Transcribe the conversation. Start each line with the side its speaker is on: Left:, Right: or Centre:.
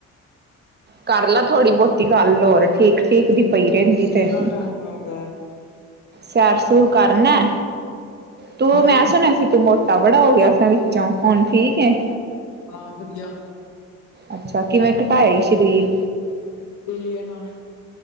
Right: ਕਰ ਲੈ ਥੋੜ੍ਹੀ ਬਹੁਤੀ ਗੱਲ ਹੋਰ ਠੀਕ ਠੀਕ ਦੀ ਪਈ ਰਹਿੰਦੀ
Left: ਕਿੰਨਾ
Right: ਤੈਨੂੰ।
Left: ਟਾਈਮ ਹੋ ਗਿਆ।
Right: ਸੈਰ ਸੂਰ ਕਰਨਾਂ ਤੂੰ
Left: ਹੈਂ।
Right: ਮੈਂ ਸੁਣਿਆਂ ਸੀ ਤੂੰ ਮੋਟਾਂ। ਮੋਟਾ ਬੜਾ ਹੋ ਗਿਆਂ ਵਿੱਚੋਂ ਹੁਣ ਠੀਕ ਏ।
Left: ਹਾਂ ਵਧੀਆਂ।
Right: ਅੱਛਾ ਕਿਵੇਂ ਘਟਾਇਆਂ ਈ ਸਰੀਰ।
Left: ਏਲੀਅਨ ਨਾਲ।